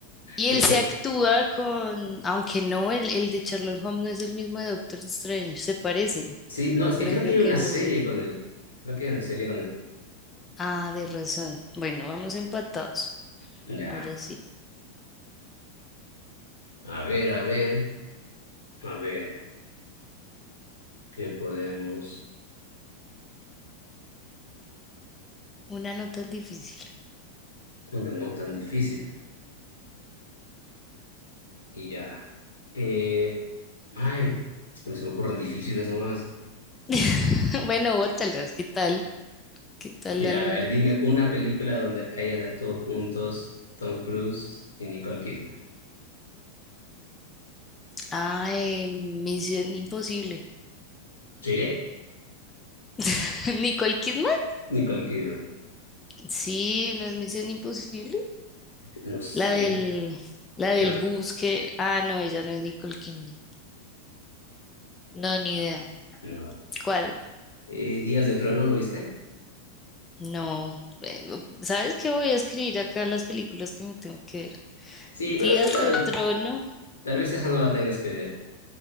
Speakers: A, on the left; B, on the left.
A: Y
B: Pensé,
A: él se actúa con, aunque no, el, el de Sherlock Holmes no es el mismo de Doctor Strange, se parecen,
B: sí, no, es
A: pero
B: que creo
A: creo
B: que hay
A: que
B: una
A: no
B: serie
A: son.
B: con él. Creo que hay una serie con él.
A: Ah, de razón. Bueno, vamos empatados.
B: Ya,
A: Ahora sí,
B: a ver, a ver, a ver, ¿qué podemos?
A: una no tan difícil.
B: Bueno, no tan difícil. Y ya. Eh, ay, es que se me ocurren difíciles nomás.
A: <laughs> Bueno, bótalas, ¿qué tal? ¿Qué tal
B: Ya,
A: la logré?
B: a ver, dime una película donde hayan actuado juntos Tom Cruise y Nicole Kidman.
A: Ah, eh, Misión Imposible.
B: ¿Sí?
A: <laughs> ¿Nicole Kidman?
B: Nicole Kidman.
A: Sí, no es Misión Imposible.
B: No sé,
A: La del, la del
B: pero
A: bus que... Ah, no, ella no es Nicole Kidman. No, ni idea.
B: no.
A: ¿Cuál?
B: Eh, Días de Trueno, ¿no viste?
A: No. Eh, ¿Sabes qué? Voy a escribir acá las películas que me tengo que ver.
B: Sí,
A: Días
B: pero esa tal
A: de
B: vez,
A: Trono.
B: tal vez esa no la tengas que ver.